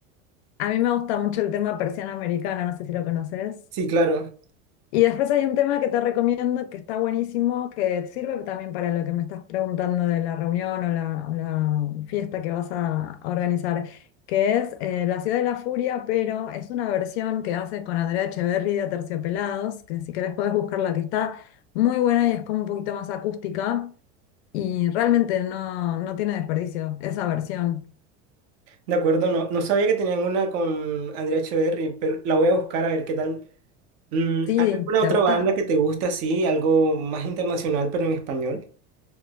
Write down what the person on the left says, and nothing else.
A mí me gusta mucho el tema Persiana Americana, no sé si lo conoces.
Y después hay un tema que te recomiendo que está buenísimo, que sirve también para lo que me estás preguntando de la reunión o la, o la fiesta que vas a, a organizar, que es eh, La Ciudad de la Furia, pero es una versión que hace con Andrea Echeverri de Aterciopelados, que si querés podés buscarla, que está muy buena y es como un poquito más acústica y realmente no, no tiene desperdicio esa versión.
Sí,
¿te
gusta?